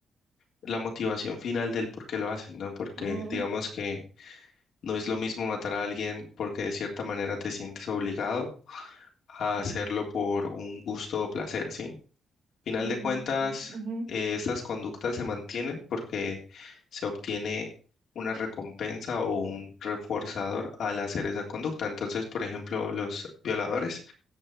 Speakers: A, on the left (about 60°); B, on the right (about 55°).
A: la motivación final del por qué lo hacen, ¿no? Porque
B: Mm,
A: digamos que no es lo mismo matar a alguien porque de cierta manera te sientes obligado a
B: mm.
A: hacerlo por un gusto o placer, ¿sí? Final
B: Mm,
A: de cuentas,
B: ujú,
A: eh, esas conductas se mantienen porque se obtiene una recompensa o un reforzador al hacer esa conducta. Entonces, por ejemplo, los violadores,